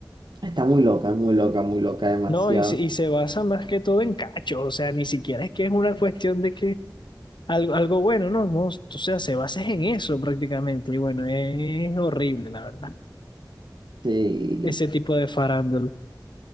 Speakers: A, on the right; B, on the left.
A: está muy loca, muy loca, muy loca, demasiado.
B: No, y, se- y se basa más que todo en cacho, o sea, ni siquiera es que es una cuestión de que Algo, algo bueno, ¿no? No, o sea, se basa en eso prácticamente. Y bueno, es horrible, la verdad,
A: Sí.
B: ese tipo de farándula.